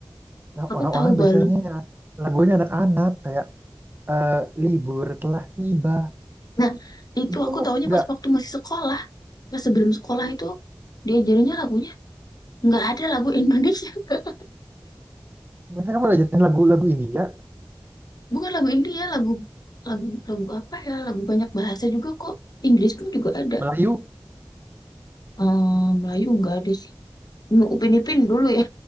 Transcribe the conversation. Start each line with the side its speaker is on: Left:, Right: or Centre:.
Right: Nah
Left: Aku
Right: orang-orang
Left: tahu balon.
Right: biasanya lagunya anak-anak kayak eh, libur telah tiba.
Left: Nah, itu
Right: Itu
Left: aku
Right: kamu
Left: taunya
Right: nggak,
Left: pas waktu masih sekolah. Pas sebelum sekolah itu diajarinnya lagunya nggak ada lagu Indonesia <laughs> Kak.
Right: biasanya kamu belajarin lagu-lagu India,
Left: bukan lagu India lagu lagu lagu apa ya lagu banyak bahasa juga kok Inggris pun juga ada
Right: Melayu.
Left: Ehm, Melayu nggak ada sih Mau Upin Ipin dulu ya